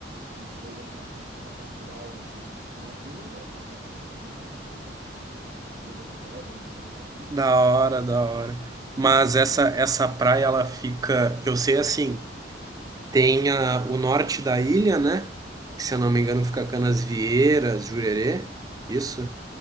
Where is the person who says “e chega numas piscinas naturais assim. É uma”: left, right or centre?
Right